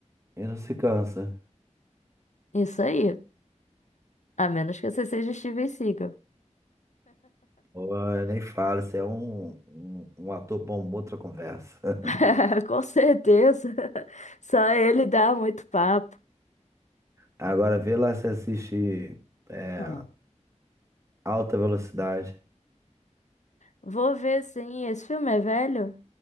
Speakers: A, on the right; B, on the left.
A: E não se cansa.
B: Isso aí. A menos que você seja Steven Seagal.
A: Pô, eu nem falo, você é um, um, um ator para uma outra conversa. <laughs>
B: <laughs> Com certeza. Só ele dá muito papo.
A: Agora vê lá se assiste é,
B: Ah.
A: Alta Velocidade.
B: Vou ver sim. Esse filme é velho?